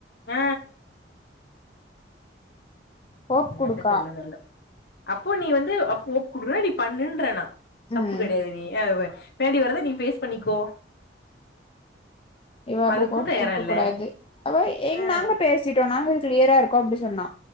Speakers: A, on the left (about 60°); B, on the left (about 30°).
A: ஆ
B: ஹோப்
A: என்னாத்த
B: குடுக்கா
A: சொல்ல தெர்ல அப்போ நீ வந்து அப்ப ஓப் குடுக்கிற நீ பண்ணுன்ற நா தப்பு
B: ம்
A: கிடையாது நீ <unintelligible> பின்னாடி வரத நீ பேஸ் பண்ணிக்கோ
B: இவ அப்ப
A: அதுக்கு
B: கோப்
A: தயாரா
B: குடுக்க
A: இல்ல
B: கூடாது அதோ எங்
A: ஆ
B: நாங்க பேசிட்டோ நாங்க இது கிளியரா இருக்கோ அப்படி சொன்னா